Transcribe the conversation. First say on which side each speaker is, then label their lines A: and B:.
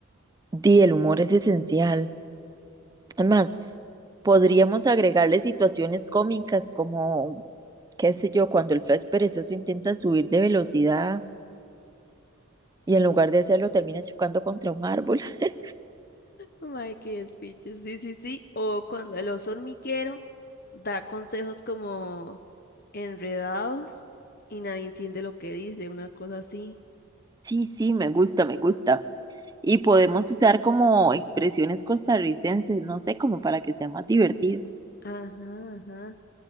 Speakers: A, on the right (about 15°); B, on the left (about 45°).
A: di, el humor es esencial. Además, podríamos agregarle situaciones cómicas como, qué sé yo, cuando el Flash perezoso intenta subir de velocidad y en lugar de hacerlo termina chocando contra un árbol. <laughs>
B: Ay, qué despiche. Sí, sí, sí. O cuando el oso hormiguero da consejos como enredados y nadie entiende lo que dice, una cosa así.
A: Sí, sí, me gusta, me gusta. Y podemos usar como expresiones costarricenses, no sé, como para que sea más divertido.
B: Ajá, ajá.